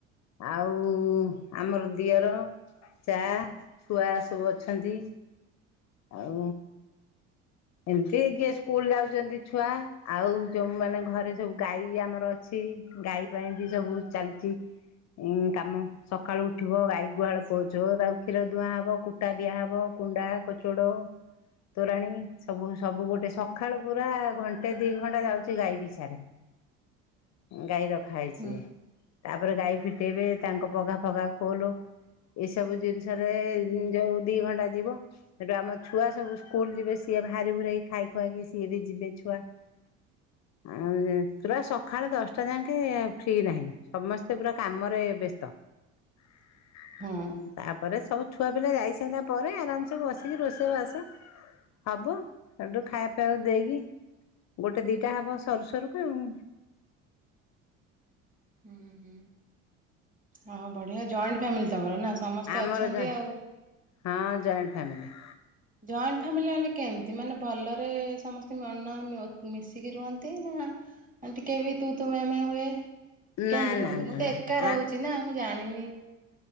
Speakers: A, on the left; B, on the right.
A: ଆଉ ଆମର ଦିଅର। ଚା ଛୁଆ ସବୁ ଅଛନ୍ତି। ଆଉ। ଏମିତି କିଏ ସ୍କୁଲ ଯାଉଚନ୍ତି ଛୁଆ ଆଉ ଯୋଉ ମାନେ ଘରେ ସବୁ ଗାଈ ଆମର ଅଛି ଟି ଗାଈ ପାଇଁ ବି ସବୁ ଚାଲଚି। ଉଁ କାମ ସକାଳୁ ଉଠିବ ଗାଈ ଗୁହାଳୁ ପୋଛ ତାକୁ କ୍ଷୀର ଧୁଆଁ ହବ କୁ ଟା ଦିଆହବ କୁଣ୍ଡା, କଚୁଡ଼, ତୋରାଣୀ। ସବୁ ସବୁ ଗୋଟେ ସଖାଳୁ ପୁରା ଘଣ୍ଟେ ଦି ଘଣ୍ଟା ଯାଉଚି ଗାଈ ପିଛାରେ। ଗାଈ ରଖା ହେଇଚି
B: ହୁଁ
A: ତାପରେ ଗାଈ ଫିଟେଇବେ ତାଙ୍କ ପଗା ଫଘା ଖୋଲୁ। ଏସବୁ ଜିନିଷରେ ଯୋଉ ଦି ଘଣ୍ଟା ଯିବ। ହେଠୁ ଆମ ଛୁଆ ସବୁ ସ୍କୁଲ ଯିବେ ସିଏ ଭାରି ଭୁରାଇ ଖାଇ ଖୁଆଇକି ସିଏ ବି ଯିବେ ଛୁଆ। <inaudible> ଆଉ ପୁରା ସକାଳେ ଦଶଟା ଯାଙ୍କେ ଫ୍ରି ନାହିଁ ସମସ୍ତେ ପୁରା କାମରେ ବ୍ୟସ୍ତ। <inaudible>
B: ହୁଁ
A: ତାପରେ ସବୁ ଛୁଆ ପିଲା ଯାଇ ସାରିଲା ପରେ ଆରାମସେ ବସିକି ରୋଷେଇବାସ ହବ। ସେଠୁ ଖାଇବା ପିଇବାକୁ ଦେଇକି ଗୋଟେ ଦିଟା ହବ ସରୁ ସରୁକା ଆଉ।
B: ହୁଁ ହୁଁ। ହଁ ବଢ଼ିଆ। ଜଏଣ୍ଟ ଫ୍ୟାମିଲି ତମର ନା? ସମସ୍ତେ
A: ଆମର
B: ଅଛନ୍ତି
A: ଜ
B: ଆଉ।
A: ହଁ ଜଏଣ୍ଟ ଫ୍ୟାମିଲି।
B: ଜଏଣ୍ଟ ଫ୍ୟାମିଲି ମାନେ କେମିତି ମାନେ ଭଲରେ ସମସ୍ତେ ମିଶିକି ରୁହନ୍ତି ନା ଏମିତି କିଏ ବି ତୁ ତୁ ମେ ମେ ହୁଏ।
A: ନା
B: କେମିତି
A: ନା
B: ରୁହନ୍ତି?
A: ନା
B: ମୁଁ ତ
A: ନା
B: ଏକା ରହୁଛି ନା ମୁଁ ଜାଣିନି?